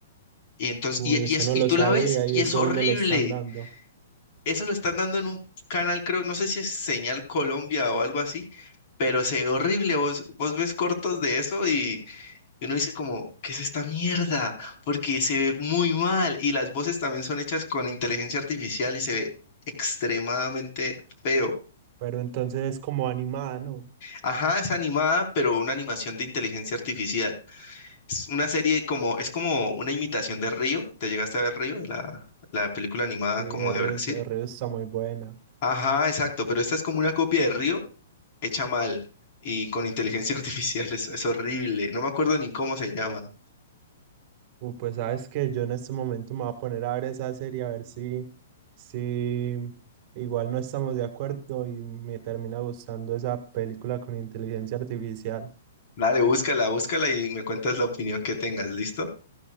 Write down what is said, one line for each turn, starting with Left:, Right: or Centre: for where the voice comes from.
Left: Y entonces,
Right: Uy,
Left: y,
Right: eso
Left: y es,
Right: no
Left: y
Right: lo
Left: tú
Right: sabía
Left: la ves y
Right: y eso
Left: es horrible.
Right: dónde lo están dando.
Left: Eso lo están dando en un canal, creo, no sé si es Señal Colombia o algo así, pero se ve horrible. Vos, vos ves cortos de eso y, y uno dice como, ¿qué es esta mierda? Porque se ve muy mal y las voces también son hechas con inteligencia artificial y se ve extremadamente feo.
Right: Pero entonces es como animada, ¿no?
Left: Ajá, es animada, pero una animación de inteligencia artificial. Es una serie como, es como una imitación de Río. ¿Te llegaste a ver Río? La, la película animada
Right: Sí, el
Left: como de
Right: río,
Left: Brasil.
Right: el río está muy buena.
Left: Ajá, exacto, pero esta es como una copia de Río hecha mal y con inteligencia <laughs> artificial. Es, es horrible. No me acuerdo ni cómo se llama.
Right: Uy, pues sabes que yo en este momento me voy a poner a ver esa serie a ver si, si igual no estamos de acuerdo y me termina gustando esa película con inteligencia artificial.
Left: Dale, búscala, búscala y me cuentas la opinión que tengas. ¿Listo?